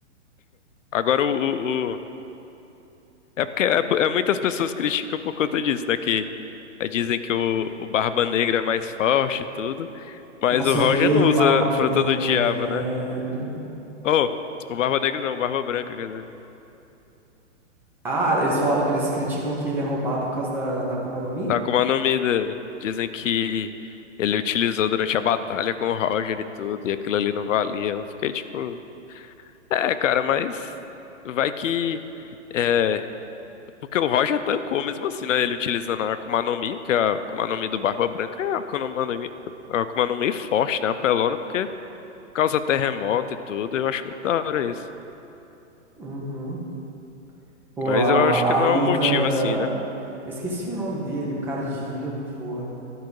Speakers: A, on the left; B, in the centre.
A: Agora o, o- o- É porque é, é muitas pessoas criticam por conta disso, né? Que é, dizem que o, o Barba Negra é mais forte e tudo. Mas
B: Nossa,
A: o Roger
B: eu odeio
A: não usa
B: Barba
A: fruta
B: Negra,
A: do diabo,
B: velho.
A: né? Oh, o Barba Negra não, o Barba Branca, quer dizer.
B: Ah, eles falam, eles criticam que ele é roubado por causa da, da Akuma no Mi?
A: Tá como é o nome dele. Dizem que ele utilizou durante a batalha com o Roger e tudo, e aquilo ali não valia. Eu fiquei tipo. É, cara, mas vai que. é, Porque o Roger tancou mesmo assim, né? Ele utilizando a Akuma no Mi, que é a Akuma no Mi do Barba Branca, é a Akuma no Mi, a Akuma no Mi forte, né? Apelona, porque causa terremoto e tudo. Eu acho muito da hora isso.
B: Uhum. Pô,
A: Mas
B: a,
A: eu acho que não
B: a luta.
A: é um motivo assim, né?
B: Eu esqueci o nome dele, o cara de gelo, pô.